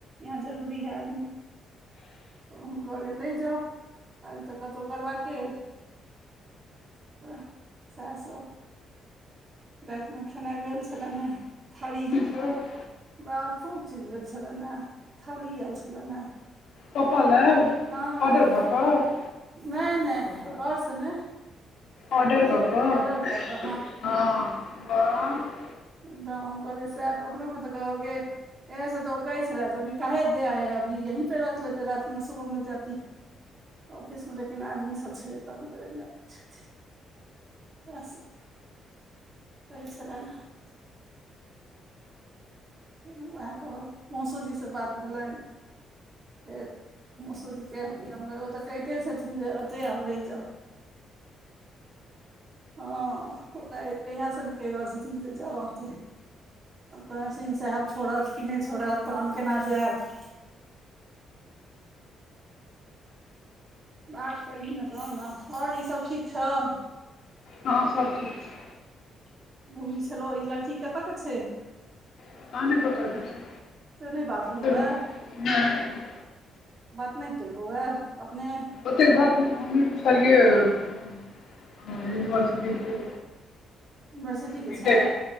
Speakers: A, on the right (about 45°); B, on the left (about 70°).
A: यहाँ जरूरी है आदमीे। <unintelligible> तब हम कहलियनि, नहि जाउ, काज तऽ कतौ करबाके अइ। तऽ सएह सब रातिमे। <unintelligible> खेनाइ भेल छलनि हेँ थारी। <unintelligible>
B: हूँ। <unintelligible>
A: बा खूब चीज भेल छलनि, थाली एल छलनि हेँ।
B: पप्पा लेए
A: हँ
B: ऑर्डर भऽ कऽ। <unintelligible>
A: नहि नहि घर से नहि। <unintelligible>
B: ऑर्डर
A: अथी
B: कऽ कऽ
A: ऑर्डर कऽ
B: हँ बाह। <unintelligible>
A: एकदम हम कहलियै सएह तऽ ओकरके त कहलकै। <unintelligible> एँ, से तऽ ओ कहै छलै जे अभी काहे दे आए, अभी यहीं पे रखि लेते, रातिमे सुबहमे जाइत। ऑफिसमे लेकिन आदमीसभ छलै तऽ हम कहलिय नै। <unintelligible> सेह सब। <unintelligible> कहै छलनि हे। <unintelligible> उएह कहलखिन, मौसोजीसँ बात भेलनि। फेर मौसोजी कहलखिन, हम कहलियै, ओतऽ कहिते छथिन जे ओतै आब रहि जाउ। <unintelligible> हँ, ओ तऽ कहिया सँ ने कहि रहल छथिन जे जाउ, आब चलि। हम कहलियनि, सिंह साहेब छोड़त कि नहि छोड़त, तहन केना जायब। <unintelligible> बात करही न तहन न आओर ईसभ ठीक छौ। <unintelligible>
B: हँ सब ठीक छै। <unintelligible>
A: भूमी छलो ई लड़की कतऽ के छै। <unintelligible>
B: पता नहि कतऽ गेल छै
A: से नहि बात भेलोए।
B: से
A: <unintelligible>
B: नहि
A: बात नहि केलकोए अपने। <unintelligible>
B: ओतेक बात नहि हम पुछलियै यूनिवर्सिटी <unintelligible>
A: युनिवर्सिटी
B: बी
A: के छैय‌।
B: टेक